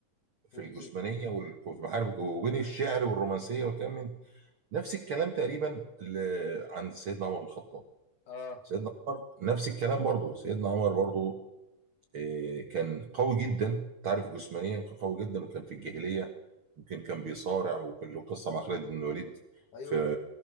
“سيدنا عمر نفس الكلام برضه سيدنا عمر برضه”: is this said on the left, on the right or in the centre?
Right